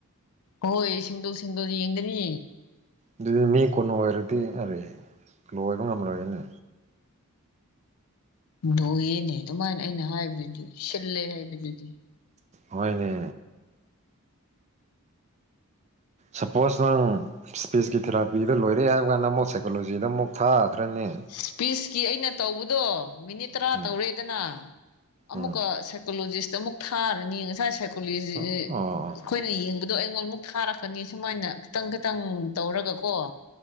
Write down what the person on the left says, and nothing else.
ꯍꯣꯏ ꯁꯤꯡꯒꯜ ꯁꯤꯡꯒꯜ ꯌꯦꯡꯒꯅꯤ
ꯂꯣꯏꯌꯦꯅꯦ ꯑꯗꯨꯃꯥꯏꯅ ꯑꯩꯅ ꯍꯥꯏꯕꯗꯨꯗꯤ ꯁꯤꯜꯂꯦ ꯍꯥꯏꯕꯗꯨꯗꯤ
ꯏꯁꯄꯤꯁꯀꯤ ꯑꯩꯅ ꯇꯧꯕꯗꯣ ꯃꯤꯅꯤꯠ ꯇꯔꯥ
ꯇꯧꯔꯦꯗꯅ ꯑꯃꯨꯛꯀꯥ
ꯁꯥꯏꯀꯣꯂꯣꯖꯤꯁꯇꯥ ꯑꯃꯨꯛ ꯊꯥꯔꯅꯤ ꯉꯁꯥꯏ ꯁꯥꯏꯀꯣꯂꯣꯖꯤ
ꯑꯩꯈꯣꯏꯅ
ꯌꯦꯡꯕꯗꯣ ꯑꯩꯉꯣꯟꯗ ꯑꯃꯃꯨꯛ ꯊꯥꯔꯛꯀꯥꯅꯤ ꯁꯨꯃꯥꯏꯅ ꯈꯤꯇꯪ ꯈꯤꯇꯪ ꯇꯧꯔꯒꯀꯣ